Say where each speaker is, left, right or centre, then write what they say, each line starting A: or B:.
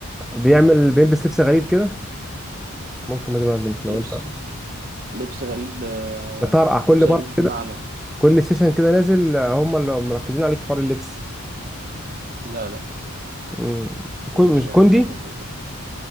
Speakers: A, in the centre; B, on the right (about 40°).
A: بيعمل بيلبس لبس غريب كده ممكن ما تبقى مش لو
B: لبس
A: انت
B: لبس غريب آه،
A: بتطرقع كل
B: لبس غريب
A: مرة
B: بمعنى
A: كل سيشن كده نازل آه، هم اللي مركزين عليه في حوار اللبس
B: لا لا مش
A: مم.
B: قلتلوش
A: كون مش
B: يعني
A: كوندي
B: حاجة زي كده